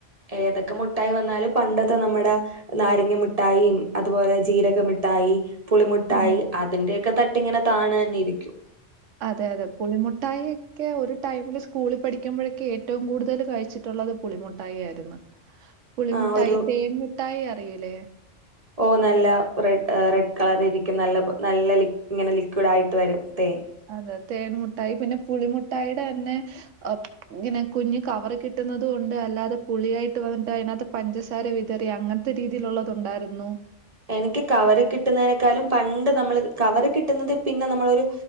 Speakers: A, on the right; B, on the right.
A: ഏതൊക്കെ മുട്ടായി വന്നാലും പണ്ടത്തെ നമ്മടെ നാരങ്ങ മിട്ടായി അതുപോലെ ജീരകമിഠായി പുളിമുട്ടായി
B: അതെ
A: അതിന്റെക്കെ തട്ടിങ്ങനെ താണു തന്നെ ഇരിക്കും
B: അതെ അതെ പുളിമുട്ടായിക്കെ ഒരു ടൈമില് സ്കൂളിൽ പഠിക്കുമ്പോഴക്കെ ഏറ്റവും കൂടുതൽ കഴിച്ചിട്ട് ട്ടുള്ളത് പുളിമുട്ടായി ആയിരുന്നു പുളിമുട്ടായി
A: ആ ഒരു
B: തേൻമുട്ടായി അറിയിൂലേ
A: ഓഹ് നല്ല റെഡ റെഡ് കളർ ഇരിക്കും നല്ല നല്ല ഇങ്ങനെ ലിക്വിഡ് ആയിട്ട് വരും തേൻ
B: അതെ തേൻ മുട്ടായി പിന്നെ പുളിമുട്ടായിയുടെ തന്നെ ഇങ്ങനെ കുഞ്ഞ് കവറ് കിട്ടുന്നതും ഉണ്ട് അല്ലാതെ പുളിയായിട്ട് വന്നിട്ട് അതിനകത്ത് പഞ്ചസാര വിതറി അങ്ങന രീതിയിലുള്ളത് ഉണ്ടായിരുന്നു
A: എനിക്ക് കവറ് കിട്ടുന്നതിനേക്കാളും പണ്ട് നമ്മൾ കവറ് കിട്ടുന്നത് പിന്നെ നമ്മളൊരു..